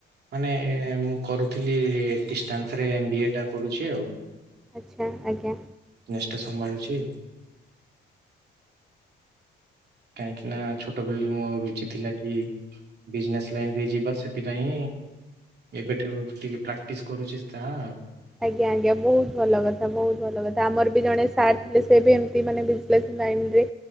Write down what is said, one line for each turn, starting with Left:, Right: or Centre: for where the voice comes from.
Right: ମାନେ ମୁଁ କରୁ ଥିଲି ଡିଷ୍ଟାନ୍ସ ରେ ଏମ୍ ବି ଏ ଟା କରୁଛି ଆଉ।
Centre: ଆଚ୍ଛା ଆଜ୍ଞା।
Right: ଏଇଟା ସମ୍ଭାଳୁଚି। କାହିଁକି ନା ଛୋଟ ବୋଲି ମୋ ରୁଚି ଥିଲା କି ବିଜନେସ ଲାଇନରେ ଯିବା ସେଥିପାଇଁ ଏବେଠୁ ଟିକେ ପ୍ରାକ୍ଟିସ୍ କରୁଛି ତାହା ଆଉ।
Centre: ଆଜ୍ଞା ଆଜ୍ଞା ବହୁତ ଭଲ କଥା ବହୁତ ଭଲ କଥା। ଆମର ବି ଜଣେ ସାର୍ ଥିଲେ ସେ ବି ଏମତି ମାନେ ବିଜଲେସ୍ ଲାଇନରେ